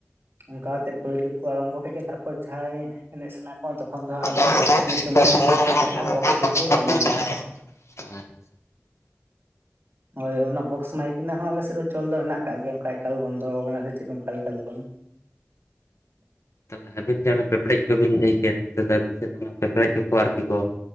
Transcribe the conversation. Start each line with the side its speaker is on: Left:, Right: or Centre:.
Right: ᱚᱱᱠᱟ ᱠᱟᱛᱮ ᱯᱳᱭᱞᱳ ᱠᱚ ᱟᱨᱟᱢᱵᱚ ᱠᱮᱫ ᱜᱮᱭᱟ ᱛᱟᱨᱯᱚᱨ ᱡᱟᱦᱟᱸᱭ ᱮᱱᱮᱡ ᱥᱟᱱᱟ ᱠᱚᱣᱟ ᱛᱚᱠᱷᱚᱱ ᱫᱚ ᱦᱟᱸᱜ
Left: ᱟᱪᱪᱷᱟ
Right: ᱟᱫᱚ ᱥᱚᱢᱚᱭ
Left: <inaudible>
Right: ᱚᱱᱟ ᱡᱟᱦᱟᱸ ᱵᱚᱠᱥ ᱠᱚᱠᱚ ᱪᱟᱹᱞᱩᱭᱟ ᱦᱳᱭ ᱚᱱᱟ ᱵᱚᱠᱥ ᱢᱟᱭᱤᱠ ᱨᱮᱱᱟᱜ ᱦᱚᱸ ᱟᱞᱮ ᱥᱮᱫ ᱫᱚ ᱪᱟᱞᱩ ᱫᱚ ᱢᱮᱱᱟᱜ ᱠᱟᱜ ᱜᱮᱭᱟ ᱚᱱᱠᱟ ᱮᱠᱟᱞ ᱵᱚᱱᱫᱚ ᱟᱠᱟᱱᱟ ᱥᱮ ᱪᱮᱫ ᱚᱱᱠᱟ ᱞᱮᱠᱟ ᱫᱚ ᱵᱟᱝ
Left: ᱛᱟᱦᱞᱮ ᱟᱹᱵᱤᱱ ᱡᱟᱦᱟᱸ ᱯᱮᱯᱲᱮᱡ ᱠᱚᱵᱤᱱ ᱞᱟᱹᱭ ᱠᱮᱫ ᱫᱟᱹᱵ ᱥᱮᱫ ᱫᱚ ᱯᱮᱯᱨᱮᱡ ᱜᱮᱠᱚ ᱟᱨᱠᱤ ᱠᱚ